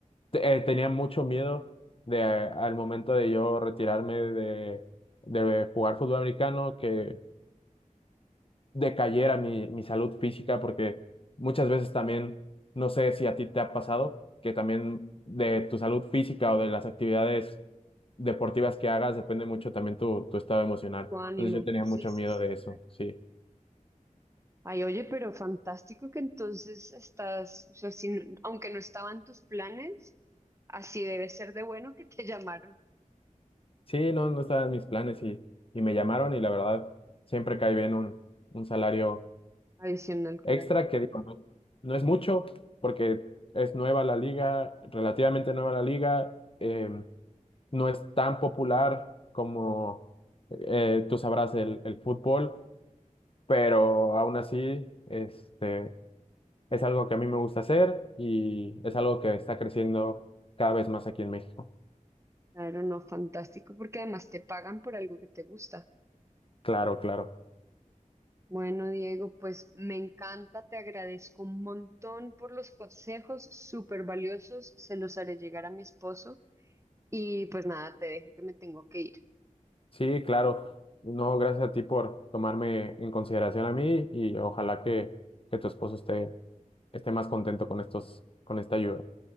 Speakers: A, on the left (about 40°); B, on the right (about 20°).
A: te- eh, tenía mucho miedo de al momento de yo retirarme de, de jugar fútbol americano, que decayera mi, mi salud física, porque muchas veces también, no sé si a ti te ha pasado, que también de tu salud física o de las actividades deportivas que hagas depende mucho también tu, tu estado emocional.
B: Tu ánimo.
A: Entonces yo tenía
B: Sí,
A: mucho
B: sí,
A: miedo
B: sí,
A: de eso,
B: claro.
A: sí.
B: Ay, oye, pero fantástico que entonces estás, o sea, si no- aunque no estaban tus planes, así debe ser de bueno que te <laughs> llamaron.
A: Sí, no, no estaban mis planes y, y me llamaron y la verdad siempre cae bien un, un salario
B: Adicional, claro.
A: extra que digo, no, no es mucho porque es nueva la liga, relativamente nueva la liga. em, no es tan popular como eh, tú sabrás el, el fútbol, pero aún así este, es algo que a mí me gusta hacer y es algo que está creciendo cada vez más aquí en México.
B: Claro, no, fantástico, porque además te pagan por algo que te gusta.
A: Claro, claro.
B: Bueno, Diego, pues me encanta, te agradezco un montón por los consejos súper valiosos, se los haré llegar a mi esposo y pues nada, te dejo que me tengo que ir.
A: Sí, claro. No, gracias a ti por tomarme en consideración a mí y ojalá que, que tu esposo esté, esté más contento con estos, con esta ayuda.